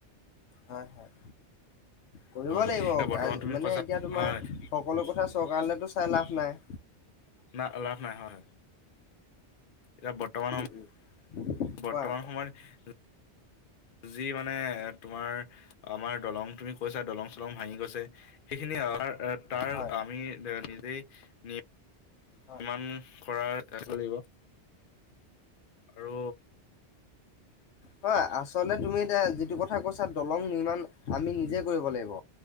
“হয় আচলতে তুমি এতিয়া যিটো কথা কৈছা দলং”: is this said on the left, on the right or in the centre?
Left